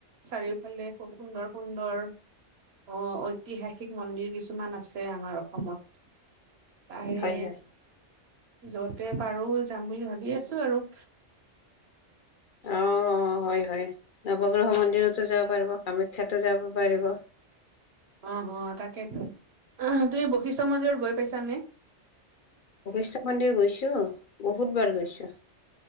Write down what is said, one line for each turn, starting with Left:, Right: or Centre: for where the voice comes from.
Right: চাৰিওফালে খুব সুন্দৰ-সুন্দৰ অ ঐতিহাসিক মন্দিৰ কিছুমান আছে আমাৰ অসমত। তাৰে
Left: হয় হয়।
Right: যতে পাৰো যাম বুলি ভাবি আছো আৰু।
Left: অ অ হয় হয় নৱগ্ৰহ মন্দিৰতো যাব পাৰিব, কামাখ্যাতো যাব পাৰিব।
Right: অ অ তাকেইতো। অ তুমি বৈশিষ্ঠ মন্দিৰত গৈ পাইছানে?
Left: বৈশিষ্ট্য মন্দিৰ গৈছো বহুতবাৰ গৈছো।